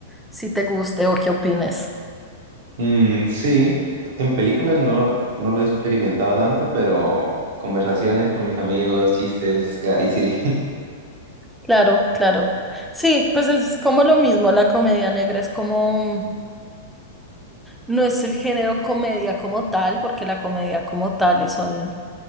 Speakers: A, in the centre; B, on the right.
A: si te guste o qué opines.
B: mm, sí, en películas no, no lo he experimentado tanto, pero conversaciones con mis amigos, chistes, eh, ahí sí. <laughs>
A: Claro, claro. Sí, pues es como lo mismo. La comedia negra es como... No es el género comedia como tal, porque la comedia como tal es son,